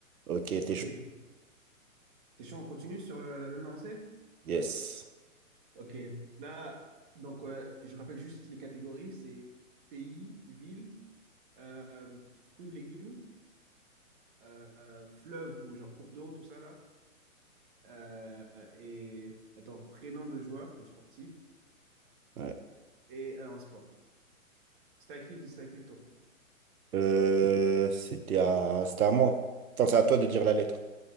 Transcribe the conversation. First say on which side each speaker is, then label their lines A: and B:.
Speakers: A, on the right (about 85°); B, on the right (about 35°).
A: Ok,
B: Ok,
A: t'es chaud.
B: t'es chaud, on continue sur le- la même lancée?
A: Yes.
B: Ok, là, donc ouais, je rappelle juste les catégories, c'est pays, ville, euh, fruits ou légumes, euh, euh, fleuve ou genre cours d'eau, tout ça là, euh, et attends, prénom de joueur, de sportif,
A: Ouais.
B: et euh, un sport. C'est à qui, c'est à qui le tour?
A: Euh, c'était à... c'était à moi. Enfin, c'est à toi de dire la lettre.